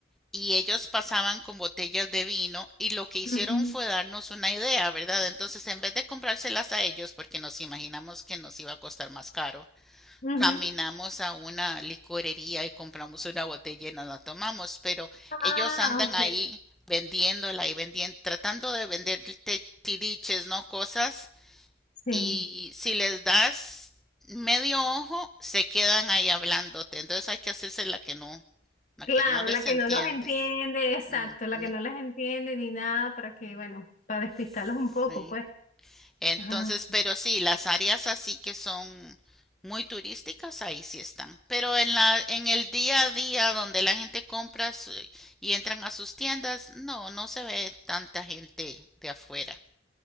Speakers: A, in the centre; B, on the left.
A: y ellos pasaban con botellas de vino y lo que hicieron
B: Ujú,
A: fue darnos una idea, ¿verdad? Entonces, en vez de comprárselas a ellos, porque nos imaginamos que nos iba a costar más caro,
B: ujú.
A: caminamos a una licorería y compramos una botella y nos la tomamos, pero ellos
B: Ah,
A: andan
B: ok.
A: ahí vendiéndola y vendiendo, tratando de venderte tiriches, ¿no? Cosas
B: Sí.
A: y si les das medio ojo, se quedan ahí hablándote. Entonces hay que hacerse la que no, la
B: Claro,
A: que no les
B: la que
A: entiendes.
B: no los entiende, exacto,
A: Ujú,
B: la que no les entiende ni nada para que, bueno, para despistarlos
A: sí.
B: un poco, pues.
A: Entonces,
B: Ajá.
A: pero sí, las áreas así que son muy turísticas, ahí sí están. Pero en la, en el día a día donde la gente compra su- y entran a sus tiendas, no, no se ve tanta gente de afuera